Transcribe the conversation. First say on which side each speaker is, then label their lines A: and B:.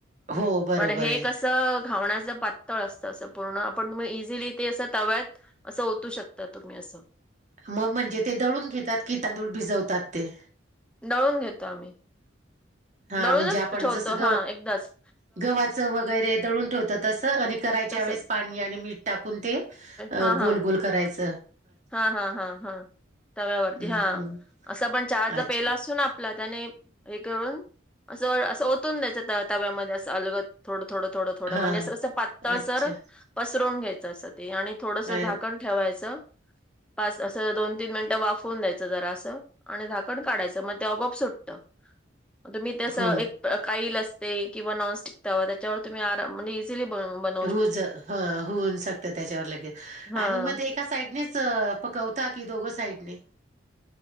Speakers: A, on the right; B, in the centre.
A: हो बरोबर
B: पण हे
A: आहे
B: कस घावणाच पातळ असत अस पूर्ण. आपण म इझिली ते अस तव्यात अस ओतू शकतो. आता तुम्ही अस
A: मग म्हणजे ते दळून घेतात, की तांदूळ भिजवतात ते.
B: दळून घेतो आम्ही.
A: हा
B: दळूनच
A: म्हणजे आपण
B: ठेवतो
A: जस गव
B: हा एकदाच
A: गव्हाच वगैरे दळून ठेवतो. तस आणि करायच्या
B: तसच
A: वेळेस पाणी आणि मीठ टाकून ते
B: हा
A: गोल
B: हा
A: गोल करायच.
B: हा हा हा हा तव्यावरती
A: हम्म
B: हा
A: हम्म.
B: असा आपण चहाचा
A: अच्छा
B: पेला असतो ना आपला त्याने एक करून अस अस ओतून द्यायच त्या तव्यामध्ये अस अलगत. थोड थोड थोड
A: हा
B: म्हणजे अस अस पातळसर
A: अच्छा
B: पसरवून घ्यायच अस ते. आणि- थोडस झाकण
A: अ
B: ठेवायच पाच अस दोन, तीन मिनट वाफवून द्यायच जरा अस. आणि झाकण काढायच मग ते आपोआप सुटत. तुम्ही तस
A: हो
B: एक काईल असते किंवा नॉनस्टिक तवा त्याच्यावर तुम्ही आराम म्हणजे ईजीली बनवु
A: होज ह होऊन शकत त्याच्यावर लगेच.
B: हा
A: आणि मग ते एका साईडनेच पकवता, की दोघ साईडने.